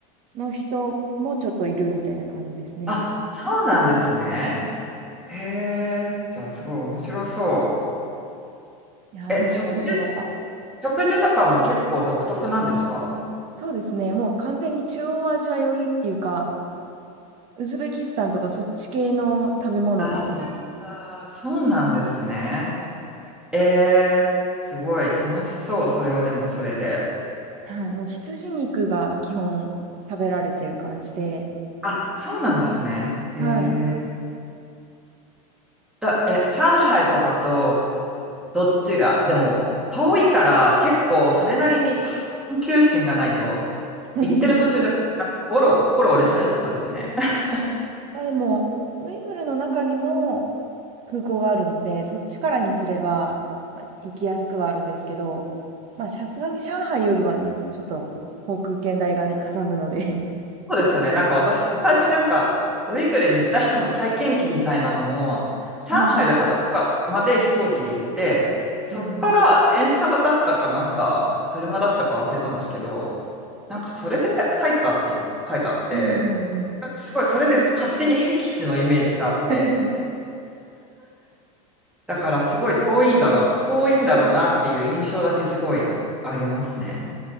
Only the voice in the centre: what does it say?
あ、そうなんですね。へえ、じゃあすごい面白そ
う。
え、食事、食事とかも結構独特なんですか
ああー、そうなんですね。えー、すごい楽しそう、それはでもそれで。
あ、そうなんですね。えー、
だ、え、上海とかとどっちが、でも、遠いから結構それなりに探求心がないと、
行ってる途中で心、心折れちゃいそうですね。<laughs>
そうですよね。なんか私、他になんか、ウイグルに行った人の体験記みたいなのも、
上海だかどっかまで飛行機で行って、
そっから電車だったかなんか、
車だったか忘れたんですけど、なんかそれで入ったって書いてあって、
すごいそれで勝手に僻地のイメージがあって、
だからすごい遠いんだろう、遠いんだろうなっていう印象だけすごいありますね。